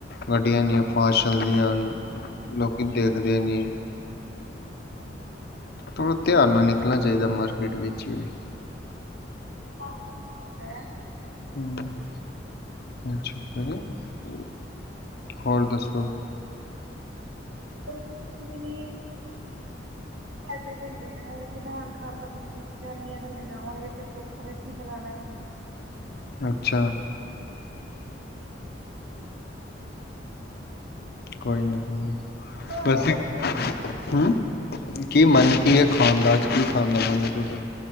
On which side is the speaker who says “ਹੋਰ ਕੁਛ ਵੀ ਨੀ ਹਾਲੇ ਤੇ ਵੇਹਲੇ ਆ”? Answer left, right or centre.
Right